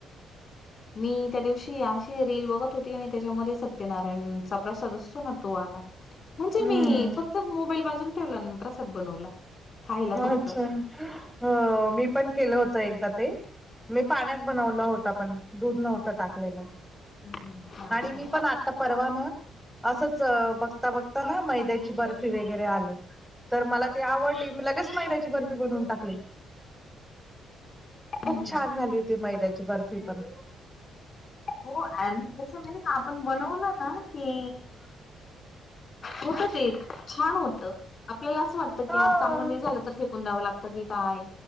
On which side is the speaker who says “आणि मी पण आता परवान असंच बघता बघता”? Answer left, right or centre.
Centre